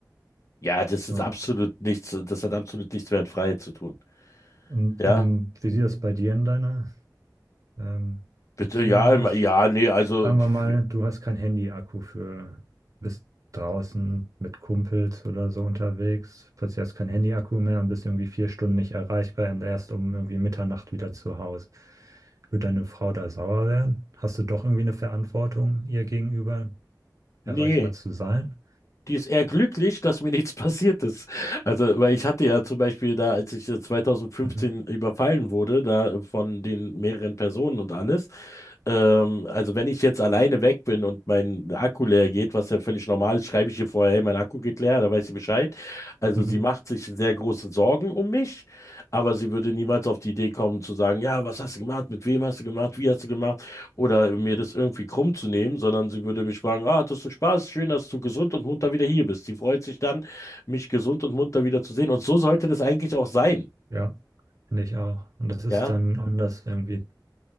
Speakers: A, on the left (about 40°); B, on the right (about 45°).
A: Ja, das
B: So.
A: ist absolut nichts, das hat absolut nichts mehr mit Freiheit zu tun.
B: Und
A: Ja,
B: ähm, wie sieht das bei dir in deiner ähm,
A: bitte,
B: Beziehung
A: ja,
B: aus?
A: im- ja, nee, also,
B: Sagen
A: pf,
B: wir mal, du hast kein Handy-Akku für, bist draußen mit Kumpels oder so unterwegs, plötzlich hast kein Handy-Akku mehr und bist irgendwie vier Stunden nicht erreichbar und erst um irgendwie Mitternacht wieder zu Hause. Würde deine Frau da sauer werden? Hast du doch irgendwie eine Verantwortung, ihr gegenüber erreichbar
A: nee.
B: zu sein?
A: Die ist eher glücklich, dass mir nichts <laughs> passiert ist. Also, weil ich hatte ja zum Beispiel da, als ich äh, 2015
B: Mhm.
A: überfallen wurde, da äh, von den mehreren Personen und alles. Ähm, also, wenn ich jetzt alleine weg bin und mein Akku leer geht, was ja völlig normal ist, schreibe ich ihr vorher, hey, mein Akku geht leer, da weiß sie Bescheid. Also,
B: Mhm.
A: sie macht sich sehr große Sorgen um mich, aber sie würde niemals auf die Idee kommen zu sagen, ja, was hast du gemacht, mit wem hast du gemacht, wie hast du gemacht? oder mir das irgendwie krumm zu nehmen, sondern sie würde mich fragen, ah, hattest du Spaß? Schön, dass du gesund und munter wieder hier bist. Sie freut sich dann, mich gesund und munter wieder zu sehen. Und so sollte das eigentlich auch sein,
B: Ja, finde ich auch. Und das ist
A: ja?
B: dann anders irgendwie